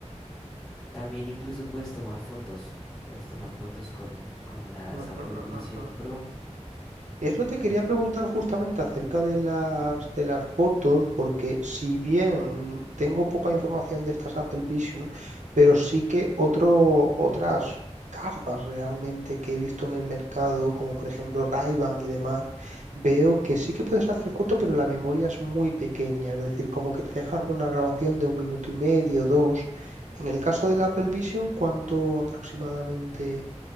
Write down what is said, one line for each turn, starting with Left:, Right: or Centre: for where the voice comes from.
Centre: También incluso puedes tomar fotos, puedes tomar fotos con, con las
Right: mm, mm,
Centre: Apple
Right: mm,
Centre: Vision
Right: mm, mm,
Centre: Pro.
Right: mm. Eso te quería
Centre: Eh,
Right: preguntar justamente acerca de las, de las fotos, porque si bien tengo poca información de estas Apple Vision, pero sí que otro, otras gafas realmente que he visto en el mercado, como por ejemplo Ray-Ban y demás, veo que sí que puedes hacer fotos, pero la memoria es muy pequeña, es decir, como que te deja hacer una grabación de un minuto y medio, dos. En el caso del Apple Vision, ¿cuánto aproximadamente